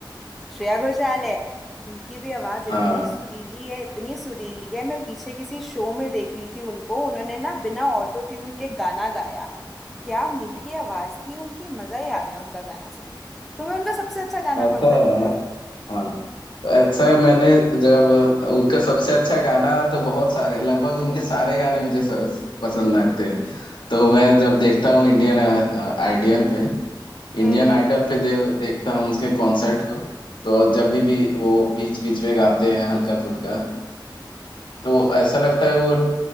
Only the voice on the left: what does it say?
हाँ
ऐसा
है
हाँ तो ऐसा है मैंने जब उनका सबसे अच्छा गाना तो बहुत सारे लगभग उनके सारे गाने मुझे स- पसंद लगते हैं तो मैं जब देखता हूँ इंडियन आइडियल पे इंडियन
आइडल पे दे, देखता हूँ उसके कॉन्सर्ट को तो जब भी भी वो बीच बीच में गाते हैं हल्का फुल्का तो वो ऐसा लगता है वो